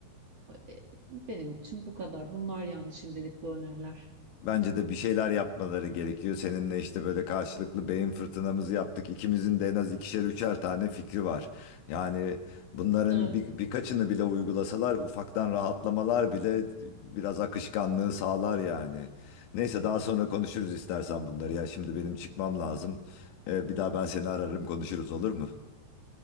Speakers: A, on the right; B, on the left.
A: E, benim için bu kadar. Bunlar yani şimdilik bu öneriler.
B: Bence de bir şeyler yapmaları gerekiyor. Seninle işte böyle karşılıklı beyin fırtınamızı yaptık. İkimizin de en az ikişer üçer tane fikri var. Yani bunların
A: Evet.
B: bir, birkaçını bile uygulasalar ufaktan rahatlamalar bile biraz akışkanlığı sağlar yani. Neyse daha sonra konuşuruz istersen bunları ya. Şimdi benim çıkmam lazım. Ee, bir daha ben seni ararım konuşuruz olur mu?